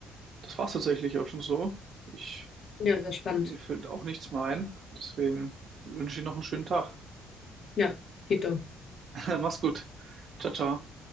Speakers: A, on the right; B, on the left.
A: das war es tatsächlich auch schon so. Ich,
B: Ja, sehr spannend.
A: mir fällt auch nichts mehr ein. Deswegen wünsche ich dir noch einen schönen Tag.
B: Ja, Tito.
A: <laughs> Mach's gut. Ciao, ciao.